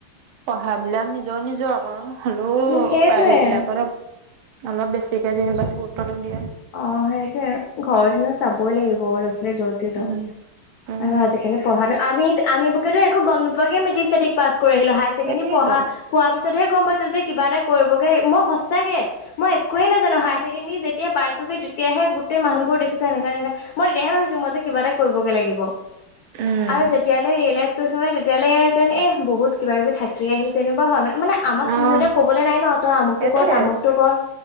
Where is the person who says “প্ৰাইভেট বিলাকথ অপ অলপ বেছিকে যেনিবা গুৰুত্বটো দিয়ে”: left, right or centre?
Right